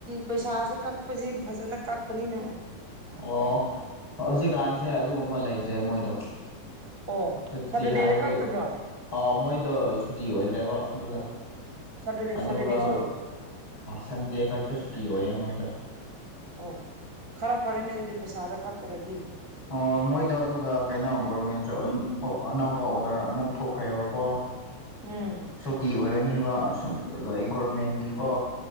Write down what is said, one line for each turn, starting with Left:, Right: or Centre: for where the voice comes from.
Right: ꯄꯩꯁꯥꯁꯦ ꯀꯛꯄꯁꯦ ꯐꯖꯅ ꯀꯛꯄꯅꯤꯅ
Left: ꯑꯣ ꯍꯧꯖꯤꯛꯀꯥꯟꯁꯦ ꯑꯗꯨꯒꯨꯝꯕ ꯂꯩꯇ꯭ꯔꯦ ꯃꯣꯏꯗꯣ
Right: ꯑꯣ
Left: ꯁꯨꯇꯤ
Right: ꯁꯇꯔꯗꯦꯗ
Left: ꯍꯥꯏꯕꯕꯨ
Right: ꯀꯛꯇꯕ꯭ꯔꯣ
Left: ꯑ ꯃꯣꯏꯗꯣ ꯁꯨꯇꯤ ꯑꯣꯏꯗ꯭ꯔꯦꯕ ꯑꯗꯨꯗꯣ
Right: ꯁꯇꯔꯗꯦ
Left: ꯑꯗꯨꯒ
Right: ꯁꯇꯔꯗꯦꯁꯨ
Left: ꯁꯟꯗꯦ ꯈꯛꯇ ꯁꯨꯇꯤ ꯑꯣꯏꯌꯦꯦ ꯃꯣꯏꯗꯣ
Right: ꯑꯣ ꯈꯔ ꯐꯔꯦꯅꯦ ꯑꯗꯨꯗꯤ ꯄꯩꯁꯥꯗ ꯀꯛꯇ꯭ꯔꯗꯤ
Left: ꯑꯣ ꯃꯣꯏꯗ ꯑꯗꯨꯒ ꯀꯩꯅꯣ ꯒꯣꯔꯃꯦꯟꯁꯨ ꯑꯅꯧꯕ ꯑꯣꯔꯗꯔ ꯑꯃꯨꯛ ꯊꯣꯛꯈ꯭ꯔꯦꯕꯀꯣ
Right: ꯎꯝ
Left: ꯁꯨꯇꯤ ꯑꯣꯏꯔꯅꯤꯕ ꯁꯨꯝ ꯒꯣꯔꯃꯦꯟꯒꯤꯀꯣ